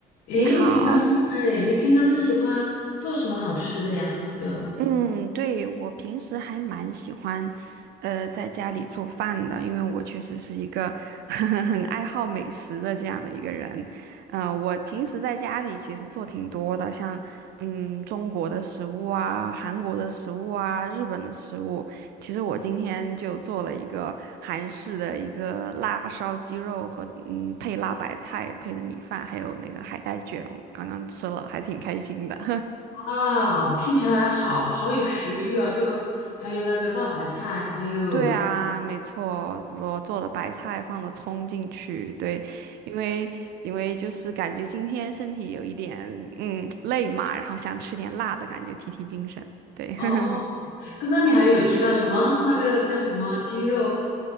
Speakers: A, on the left; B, on the right.
A: 诶，
B: 你好，
A: 你平常，哎，你平常都喜欢做什么好吃的呀？就，
B: 嗯，对，我平时还蛮喜欢，呃，在家里做饭的，因为我确实是一个 <laughs> 很爱好美食的这样的一个人。呃，我平时在家里其实做挺多的，像嗯中国的食物啊、韩国的食物啊、日本的食物。其实我今天就做了一个韩式的一个辣烧鸡肉和嗯配辣白菜配的米饭，还有那个海带卷，刚刚吃了，还挺开心的。
A: 哇，听起来好好有食欲啊！就还有那个辣白菜，还有
B: 对啊，没错，我做的白菜放了葱进去，对，因为因为就是感觉今天身体有一点嗯累嘛，然后想吃点辣的感觉提提精神，对。
A: 哦，
B: <laughs>
A: 刚刚你还有提到什么那个叫什么鸡肉？